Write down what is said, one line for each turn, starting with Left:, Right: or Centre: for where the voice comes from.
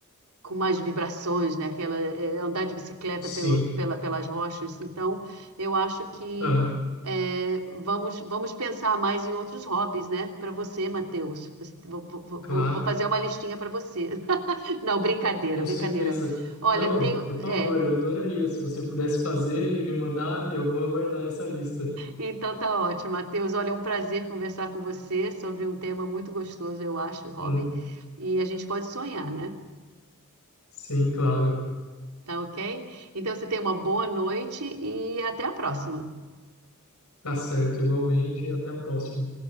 Right: com mais vibrações, né? Aquela, é, andar de bicicleta
Left: sim.
Right: pelo, pela, pelas rochas. Então, eu acho que
Left: Aham,
Right: é, vamos, vamos pensar mais em outros hobbies, né? Para você, Matheus. Você- Vou, vou-
Left: claro.
Right: vou- vou fazer uma listinha para você. <laughs> Não, brincadeira,
Left: Com
Right: brincadeira.
Left: certeza.
Right: Olha,
Left: Não,
Right: tenho.
Left: por favor,
Right: É,
Left: eu adoraria. Se você pudesse fazer e me mandar, eu vou aguardar essa lista.
Right: então tá ótimo, Matheus. Olha, é um prazer conversar com você sobre um tema muito gostoso, eu acho, hobby.
Left: Hum,
Right: E a gente pode sonhar, né?
Left: sim, claro.
Right: Tá ok? Então você tem uma boa noite e até a próxima.
Left: Tá certo, igualmente. E até a próxima.